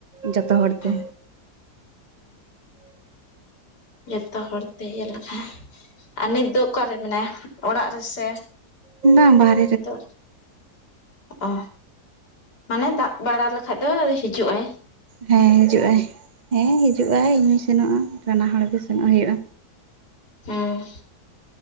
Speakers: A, on the right; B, on the left.
A: ᱡᱚᱛᱚ ᱦᱚᱲ
B: <inaudible> <unintelligible>
A: ᱛᱮ
B: ᱡᱚᱛᱚ ᱦᱚᱲᱛᱮ ᱤᱭᱟᱹ ᱞᱮᱠᱷᱟᱱ, ᱟᱨ ᱱᱤᱛ ᱫᱚ ᱚᱠᱟᱨᱮ ᱢᱮᱱᱟᱭᱟ ᱚᱲᱟᱜ ᱨᱮᱥᱮ?
A: ᱵᱟᱝ <unintelligible>
B: <unintelligible> ᱚ ᱢᱟᱱᱮ ᱫᱟᱜ ᱵᱟᱲᱟ ᱞᱮᱠᱷᱟᱡ ᱫᱚ <unintelligible> ᱦᱤᱡᱩᱜᱟᱭ।
A: ᱦᱮᱸ ᱦᱤᱡᱩᱜᱟᱭ, ᱦᱮᱸ ᱦᱤᱡᱩᱜᱟᱭ ᱤᱧ ᱦᱚᱧ ᱥᱮᱱᱚᱜᱼᱟ᱾ ᱵᱟᱱᱟ ᱦᱚᱲ ᱜᱮ
B: <unintelligible>
A: ᱥᱮᱱᱚᱜ ᱦᱩᱭᱩᱜᱼᱟ
B: ᱦᱮᱸ